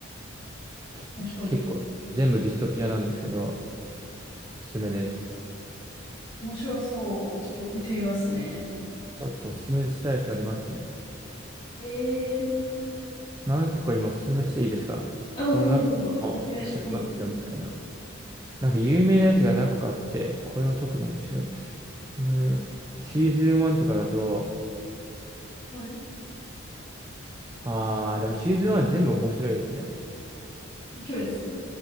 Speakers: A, on the right (about 15°); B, on the left (about 25°).
A: ちょ、
B: 確かに。
A: 結構全部ディストピアなんですけど、おすすめです。
B: 面白そう。ちょっと見てみますね。
A: ちょっとおすすめしたいやつありますね。
B: へえー。
A: 何個か今おすすめしていいですかこの中も面白かったよみたいな。
B: あ、どうぞどうぞ。お願いしていいです
A: なんか有名なやつが何個かあって、これは特に面白い。うーん、シーズン1とかだと、
B: かはい、
A: あー、でもシーズン1全部面白いですね。
B: 面白いですか